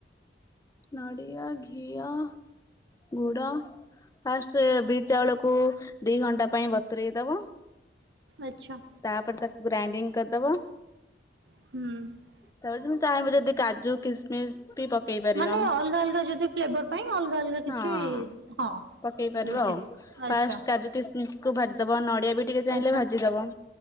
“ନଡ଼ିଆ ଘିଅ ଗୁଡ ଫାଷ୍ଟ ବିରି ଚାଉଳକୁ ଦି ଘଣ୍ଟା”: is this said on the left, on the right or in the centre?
Left